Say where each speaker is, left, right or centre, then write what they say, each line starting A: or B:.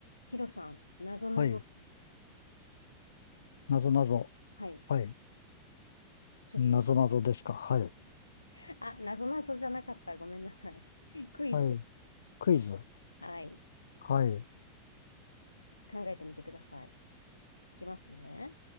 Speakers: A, on the left (about 80°); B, on the left (about 65°).
A: ヒロさん、なぞなぞです。
B: はい。なぞなぞ。
A: はい。
B: はい。
A: ちょっと今から
B: なぞなぞですか。はい。
A: <laughs> あ、なぞなぞじゃなかった。ごめんなさい。<laughs> クイズで。
B: はい。クイズ。
A: はい。
B: はい。
A: 考えてみてください。いきますね。